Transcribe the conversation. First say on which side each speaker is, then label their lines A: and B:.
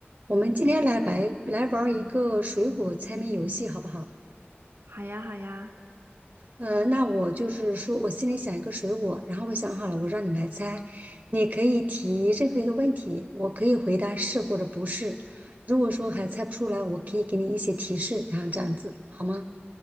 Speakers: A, on the right; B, on the right.
A: 我们今天来白来玩儿一个水果猜谜游戏，好不好？
B: 好呀，好呀，
A: 呃，那我就是说我心里想一个水果，然后我想好了，我让你来猜，你可以提任何一个问题，我可以回答是或者不是。如果说还猜不出来，我可以给你一些提示，然后这样子好吗？